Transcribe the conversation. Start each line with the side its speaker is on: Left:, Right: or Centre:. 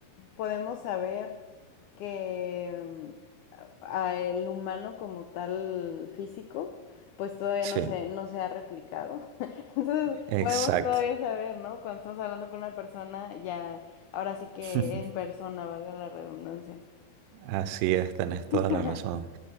Left: podemos saber que em, a- a el humano como tal físico, pues todavía
Right: Sí,
Left: no se, no se ha replicado. <laughs> Entonces
Right: exacto.
Left: podemos todavía saber, ¿no? Cuando estamos hablando con una persona, ya, ahora sí que
Right: <laughs>
Left: en persona, valga la redundancia.
Right: Así es, tenés
Left: <laughs>
Right: toda la razón.